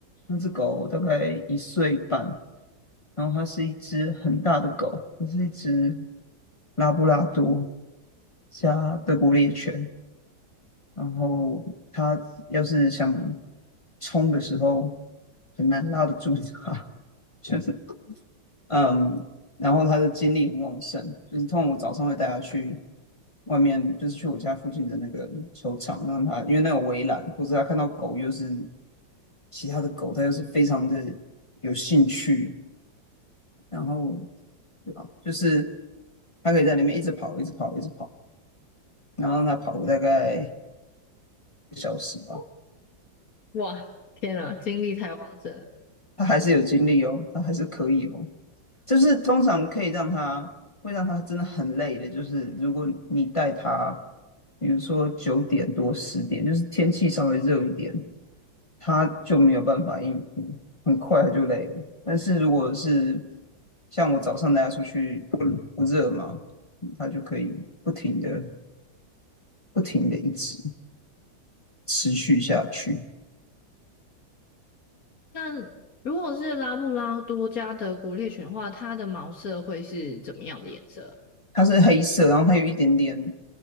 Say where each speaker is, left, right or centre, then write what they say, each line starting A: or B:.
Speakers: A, on the left (about 30°); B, on the left (about 50°).
A: 那只狗大概一岁半，然后它是一只很大的狗，它是一只拉布拉多加德国猎犬。然后它要是想冲的时候，很难拉得住它，<laughs> 就是嗯，然后他的精力很旺盛，就是通常我早上会带他去外面，就是去我家附近的那个球场，让他因为那有围栏，否则他看到狗又是其他的狗，他又是非常的有兴趣，然后对吧？就是他可以在里面一直跑，一直跑，一直跑，然后让他跑个大概一个小时吧，
B: 哇，天啊，精力太旺盛了
A: 他还是有精力哦，他还是可以哦。就是通常可以让他会让他真的很累的，就是如果你带他，比如说九点多十点，就是天气稍微热一点，他就没有办法应付，很快他就累了。但是如果是像我早上带他出去不不热嘛，他就可以不停的不停的一直持续下去。
B: 那如果是拉布拉多加德国猎犬的话，它的毛色会是怎么样的颜色
A: 它是黑色，然后它有一点点